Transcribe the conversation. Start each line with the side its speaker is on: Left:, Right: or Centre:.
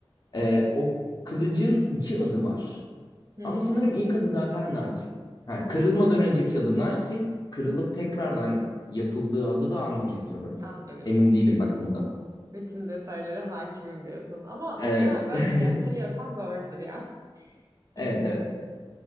Left: E, o kılıcın iki adı var.
Right: hmm,
Left: Ama sanırım ilk adı zaten Narsil. Ha, kırılmadan önceki adı Narsil. Kırılıp tekrardan yapıldığı adı da Anduril sanırım.
Right: Anduril.
Left: Emin değilim bak bunda.
Right: Bütün detaylara hakimim diyorsun. Ama muhtemelen
Left: Evet.
Right: böyle
Left: <laughs>
Right: bir şey hatırlıyorsan doğrudur ya.
Left: Evet
Right: <clears throat>
Left: evet.